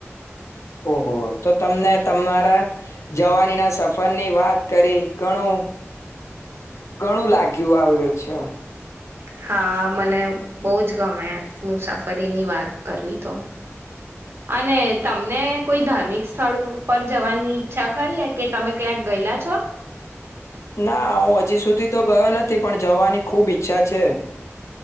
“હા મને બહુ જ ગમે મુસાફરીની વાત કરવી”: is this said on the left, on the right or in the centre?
Right